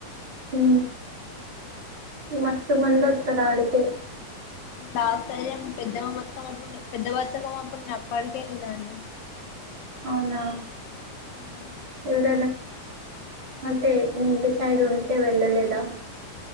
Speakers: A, on the right; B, on the left.
A: హ మస్తు మందోత్తరు ఆడికీ
B: ఎండ సరే పెద్దమ్మ బతుకమ్మ అప్పుడు పెద్ద బతుకమ్మ అప్పుడు నేను అక్కడికేళ్ళిన అండి
A: అవునా
B: అవునండి
A: ఎవర అయితే మీ ఇంటి సైడ్ ఉంటే వెళ్ళలేదా